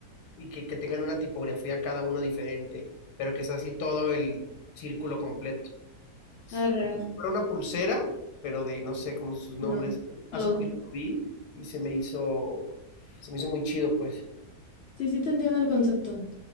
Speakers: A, on the left (about 80°); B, on the left (about 65°).
A: y que, que tengan una tipografía cada uno diferente, pero que sea así todo el círculo completo.
B: Arre,
A: Como
B: arre.
A: si fuera una pulsera, pero de no sé como sus nombres.
B: No, no.
A: Hace poquito lo vi y se me hizo, se me hizo muy chido, pues.
B: Sí, sí te entiendo el concepto.